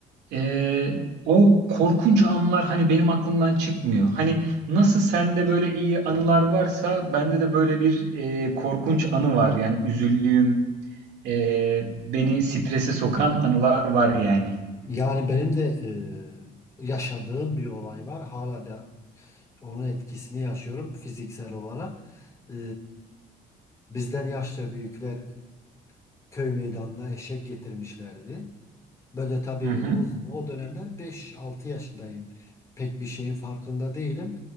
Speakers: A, on the right (about 85°); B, on the left (about 20°).
A: ee, o korkunç anlar hani benim aklımdan çıkmıyor. Hani nasıl sende böyle iyi anılar varsa bende de böyle bir ee, korkunç anı var. Yani üzüldüğüm, ee, beni strese sokan anılar var yani.
B: Yani benim de e, yaşadığım bir olay var. Hala da onun etkisini yaşıyorum fiziksel olarak. E, bizden yaşça büyükler köy meydanına eşek getirmişlerdi. Böyle tabii
A: Hı hı.
B: o, o dönemler beş altı yaşındayım. Pek bir şeyin farkında değilim.